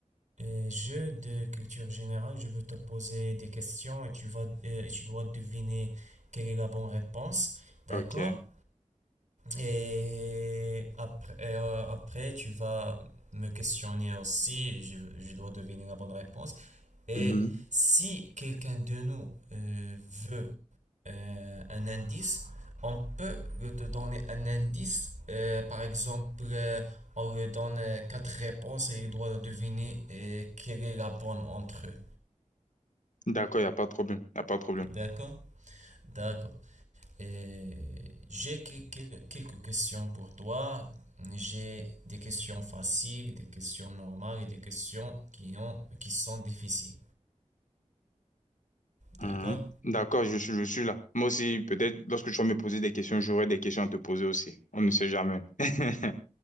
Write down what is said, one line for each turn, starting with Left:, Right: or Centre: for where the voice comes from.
Right: euh, jeu de culture générale. Je veux te poser des questions et tu vas, euh, et tu dois deviner quelle est la bonne réponse. D'accord?
Left: Ok.
Right: Et après, et, euh, après, tu vas me questionner aussi. Je, je dois deviner la bonne réponse. Et
Left: Mhm.
Right: si quelqu'un de nous euh, veut euh, un indice, on peut lui te donner un indice. euh, par exemple, euh, on lui donne euh, quatre réponses et il doit deviner euh, quelle est la bonne entre eux.
Left: D'accord, il n'y a pas de problème. Il a pas de problème.
Right: D'accord? D'accord. Et j'ai quelques, quelques questions pour toi. J'ai des questions faciles, des questions normales et des questions qui ont, qui sont difficiles.
Left: Mhm.
Right: D'accord?
Left: D'accord, je suis, je suis là. Moi aussi, peut-être lorsque tu vas me poser des questions, j'aurai des questions à te poser aussi. On ne sait jamais. <laughs>